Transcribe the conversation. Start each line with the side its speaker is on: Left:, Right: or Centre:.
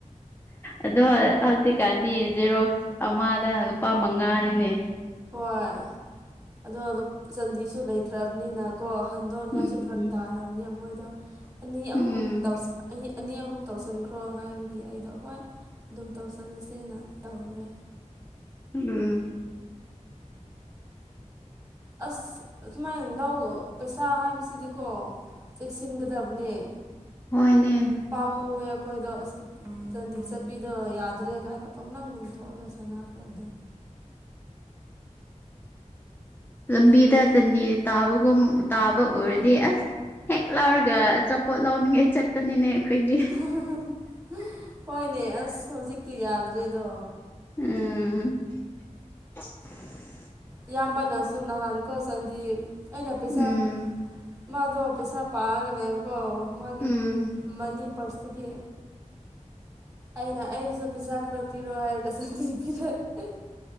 Left: ꯑꯗꯣ ꯍꯧꯖꯤꯛꯀꯥꯟꯗꯤ ꯖꯦꯔꯣꯛꯁ ꯑꯃꯗ ꯅꯨꯄꯥ ꯃꯉꯥꯅꯤꯅꯦ
Right: ꯍꯣꯏ ꯑꯗꯣ ꯂꯨꯞ ꯆꯟꯗꯤꯁꯨ ꯂꯩꯇ꯭ꯔꯝꯅꯤꯅ ꯀꯣ ꯍꯟꯗꯣꯛꯅꯤꯉꯥꯏꯁꯨ
Left: ꯎꯝ
Right: ꯐꯔꯛ ꯇꯥꯔꯝꯅꯤꯅ ꯃꯣꯏꯗꯣ ꯑꯅꯤ ꯑꯍꯨꯝ
Left: ꯎꯝ
Right: ꯇꯧꯁꯟ ꯑꯅꯤ ꯑꯍꯨꯝ ꯇꯧꯁꯟꯈ꯭ꯔꯣ ꯍꯥꯏꯕꯒꯤ ꯑꯩꯗꯣ ꯍꯣꯏ ꯑꯗꯨꯝ ꯇꯧꯁꯜꯂꯁꯦꯅ ꯇꯧꯔꯦ
Left: ꯎꯝ
Right: ꯑꯁ ꯑꯗꯨꯃꯥꯏꯅ ꯂꯧ ꯄꯩꯁꯥ ꯍꯥꯏꯕꯁꯤꯗꯤꯀꯣ ꯆꯦꯛꯁꯤꯟꯒꯗꯕꯥꯅꯦ
Left: ꯍꯣꯏꯅꯦ
Right: ꯄꯥꯝꯃꯨꯌꯦ ꯑꯩꯈꯣꯏꯗꯣ ꯑꯁ ꯆꯟꯗꯤ ꯆꯠꯄꯤꯗꯣ ꯌꯥꯗ꯭ꯔꯦ ꯀꯥꯏꯅ ꯄꯪꯂꯪ ꯂꯪꯊꯣꯛ ꯑꯒ ꯁꯅꯥ ꯈꯪ ꯗꯦ
Left: ꯂꯝꯕꯤꯗ
Right: ꯃꯤ ꯃꯌꯦꯛ
Left: ꯆꯟꯗꯤ ꯇꯥꯕꯒꯨꯝ ꯇꯥꯕ ꯎꯔꯥꯗꯤ
Right: ꯎꯝ
Left: ꯑꯁ ꯍꯦꯛ ꯂꯧꯔꯒ ꯑꯆꯥꯄꯣꯠ ꯂꯧꯅꯤꯡꯉꯥꯏ ꯆꯠꯄꯅꯤꯅꯦ ꯑꯩꯈꯣꯏꯗꯤ
Right: ꯍ ꯍ ꯍ ꯍꯣꯏꯅꯦ ꯑꯁ ꯍꯧꯖꯤꯛꯇꯤ ꯌꯥꯗ꯭ꯔꯦꯗꯣ
Left: ꯎꯝ <inaudible>
Right: ꯏꯌꯥꯝꯕꯅꯁꯨ ꯅꯍꯥꯟꯀꯣ ꯆꯥꯟꯗꯤ ꯑꯩꯅ ꯄꯩꯁꯥ
Left: ꯎꯝ
Right: ꯃꯥꯗꯣ ꯄꯩꯁꯥ ꯄꯥꯔꯥꯒ ꯂꯩꯕꯀꯣ ꯃꯥꯒꯤ
Left: ꯎꯝ
Right: ꯃꯅꯤ ꯄꯥ꯭ꯔꯁ ꯇꯒꯤ ꯑꯩꯅ ꯑꯩꯒꯤꯁꯨ ꯄꯩꯁꯥ ꯈꯔ ꯄꯤꯔꯛꯑꯣ ꯍꯥꯏꯔꯒ ꯆꯟꯅꯤ ꯄꯤꯔꯛ ꯑꯦ